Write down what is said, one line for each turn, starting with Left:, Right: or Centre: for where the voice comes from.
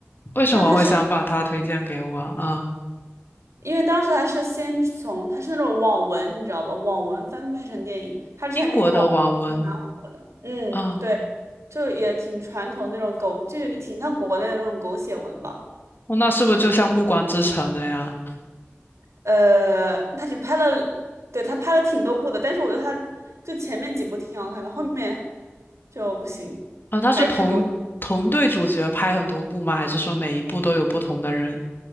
Left: 为什么会想把他推荐给我啊？
Right: 但它是
Left: 啊，
Right: 因为当时它是先从它是那种网文，你知道吧？网文翻拍成电影，它之前那个网
Left: 英国的网文
Right: 文蛮火的，嗯，
Left: 啊，
Right: 对。就也挺传统那种狗，就是挺像国内的那种狗血文吧。
Left: 哦，那是不是就像《暮光之城》的呀？
Right: 呃，他只拍了，对，他拍了挺多部的，但是我觉得他就前面几部挺好看的，后面就不行，
Left: 啊，他是同同队主角拍很多部吗？
Right: 还是太狗血
Left: 还是说每一部都有不同的人？